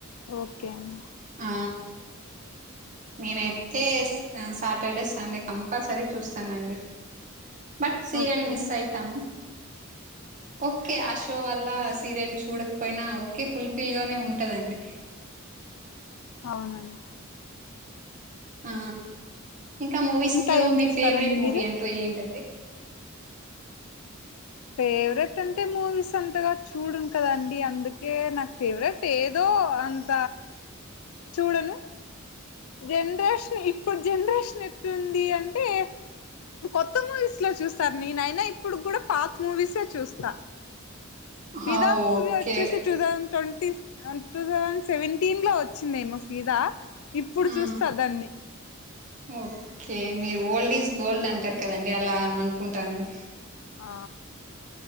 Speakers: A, on the left; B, on the right.
A: ఓకే అండి
B: ఆ నేనైతే ఆ సాటర్డే సండే కంపల్సరీ చూస్తానండి బట్ సీరియల్
A: ఓకే
B: మిస్ అయితాము ఓకే ఆ షో వల్ల సీరియల్ చూడకపోయినా ఓకే ఫుల్ఫిల్ గానే ఉంటదండి
A: అవునండి
B: ఆ ఇంకా మూవీస్
A: ఇంకా
B: లో
A: ఏం
B: మీ
A: చూస్తారండి
B: ఫేవరెట్ మూవీ
A: మీరు
B: అంటూ ఏంటండి
A: ఫేవరెట్ అంటే మూవీస్ అంతగా చూడును కదండి అందుకే నాకు ఫేవరెట్ ఏదో అంత చూడను జనరేషన్ ఇప్పుడు జనరేషన్ ఎట్లుంది అంటే కొత్త మూవీస్ లో చూస్తారు నేనైనా ఇప్పుడు కూడా పాక్ మూవీసే చూస్తా
B: హా
A: విదాన్ మూవీ
B: ఓకే
A: వచ్చేసి టుదాం ట్వంటీ టూ థౌసండ్ సెవెంటీన్లో వచ్చిందేమో ఫీదా ఇప్పుడు
B: ఆ
A: చూస్తా దాన్ని
B: ఓకే మీరు ఓల్డ్ ఈజ్ గోల్డ్ అంటారు కదండి అలా ఎం అనుకుంటా అండి
A: ఆ